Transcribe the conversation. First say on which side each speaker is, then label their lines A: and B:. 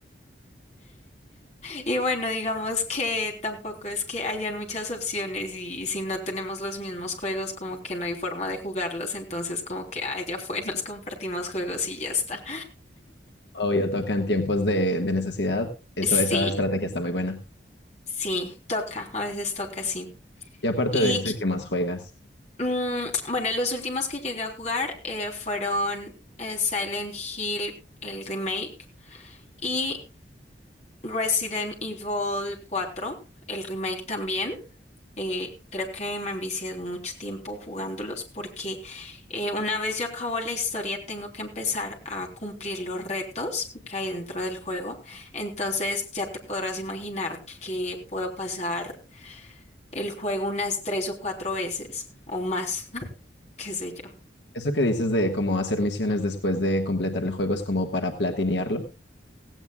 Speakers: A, on the left (about 40°); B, on the left (about 70°).
A: Y bueno, digamos que tampoco es que hayan muchas opciones y si no tenemos los mismos juegos, como que no hay forma de jugarlos, entonces como que, ah, ya fue, <laughs> nos compartimos juegos y ya está.
B: Obvio, toca en tiempos de, de necesidad. Eso,
A: Sí,
B: esa estrategia está muy buena.
A: sí, toca, a veces toca, sí.
B: Y aparte
A: Y
B: de ese, ¿qué más juegas?
A: mm, bueno, los últimos que llegué a jugar eh, fueron eh, Silent Hill, el remake, y Resident Evil cuatro el remake también. Eh, creo que me envicié mucho tiempo jugándolos porque eh, una vez yo acabo la historia tengo que empezar a cumplir los retos que hay dentro del juego. Entonces ya te podrás imaginar que puedo pasar el juego unas tres o cuatro veces o más, <laughs> qué sé yo.
B: Eso que dices de cómo hacer misiones después de completar el juego es como para platinearlo.